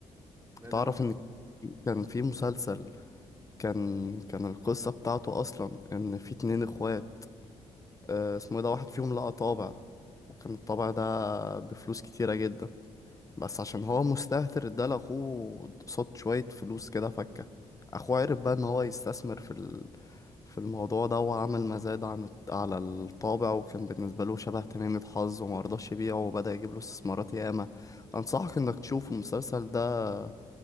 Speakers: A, on the right; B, on the left.
A: لا ده
B: تعرف
A: انا
B: إن كان في مسلسل كان كان القصة بتاعته أصلا إن في اتنين إخوات آه، اسمه إيه ده واحد فيهم لقى طابع وكان الطابع ده بفلوس كتيرة جدا بس عشان هو مستهتر اداله أخوه قصاد شوية فلوس كده فكة أخوه عرف بقى إن هو يستثمر في في الموضوع ده وعمل مزاد عن الت- على الطابع وكان بالنسبة له شبه تميمة حظ وما رضاش يبيعه وبدأ يجيب له استثمارات ياما أنصحك إنك تشوف المسلسل ده